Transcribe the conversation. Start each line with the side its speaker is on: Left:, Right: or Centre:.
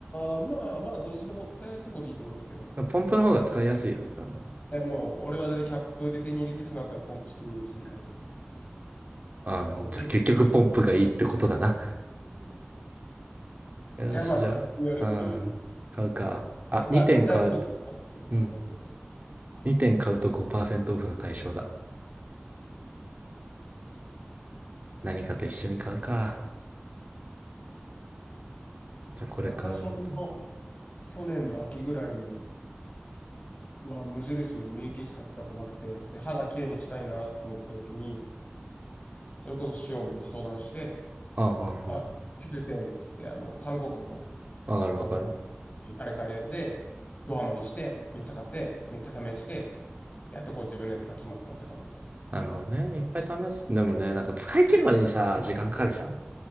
Left: あ、まあまあ、どうしても使いやすい方でいいと思いますけど。
Right: ポンプの方が使いやすいよね、多分。
Left: え、もう、俺はだいたいキャップで手に入れて、その後はポンプ式に切り替えてる。
Right: あ、
Left: こう、
Right: じゃあ結局ポンプがいいってことだな。
Left: つけ、<laughs>
Right: よし、
Left: いや、まあ、
Right: じゃあ、
Left: その人によるっていう。
Right: うん、買うか。あ、
Left: まあ、
Right: 2点買うと、
Left: 持ち運び。
Right: うん。
Left: そうそうそう。
Right: 2点買うと5%オフの対象だ。何かと一緒に買うか。じゃあこれ買うのと。
Left: だから最初、俺も去年の秋ぐらいに、は無印の乳液しか使ってなくて、で、肌きれいにしたいなと思ってた時に、それこそシオンに相談して、
Right: ああ、
Left: あ、
Right: あ
Left: 9点っつって、あの、韓国の、
Right: あ、わかるわかる。
Left: こう、あれ買えるやつで、ドハマりして、めっちゃ買って、めっちゃ試して、やっとこう自分のやつが決まったって感じですかね。
Right: なるほどね。いっぱい試す。でもね、なんか使い切るまでにさ、時間かかるじゃん。